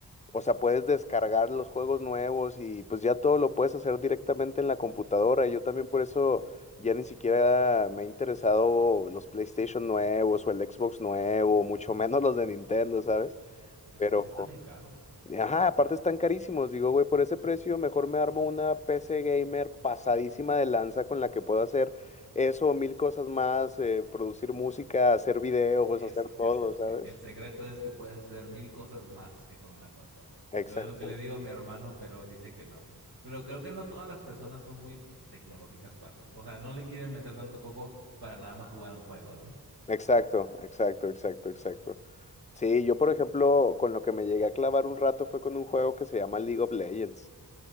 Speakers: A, on the left; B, on the right.
A: o sea, puedes descargar los juegos nuevos y pues ya todo lo puedes hacer directamente en la computadora. Yo también por eso ya ni siquiera me ha interesado los PlayStation nuevos o el Xbox nuevo, mucho menos los de Nintendo, ¿sabes?
B: De
A: Pero
B: por sí están bien caros.
A: Ajá, aparte están carísimos. Digo, güey, por ese precio mejor me armo una PC gamer pasadísima de lanza con la que puedo hacer eso, mil cosas más, eh, producir música, hacer videos,
B: Eso,
A: hacer todo,
B: eso.
A: ¿sabes?
B: E- El secreto es que puedes hacer mil cosas más que con una consola.
A: Exacto,
B: Yo es lo que le digo a mi hermano, pero dice que no. Pero creo que no todas las personas son muy tecnológicas para lo- O sea, no le quieren meter tanto coco para nada más jugar un juego, ¿no?
A: exacto, exacto, exacto, exacto. Sí, yo por
B: Y-
A: ejemplo, con lo que me llegué a clavar un rato fue con un juego que se llama League of Legends.